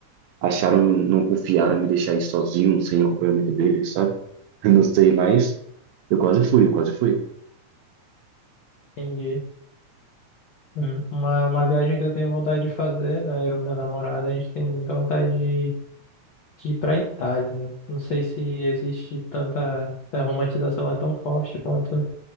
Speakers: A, on the right; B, on the left.
A: acharam, não confiaram em me deixar ir sozinho, sem acompanhamento deles, sabe? Eu não sei, mas eu quase fui, eu quase fui.
B: entendi. Hum, Uma, uma viagem que eu tenho vontade de fazer, né? Eu e minha namorada, a gente tem muita vontade de, de ir pra Itália, né? Não sei se existe tanta... A romantização é tão forte quanto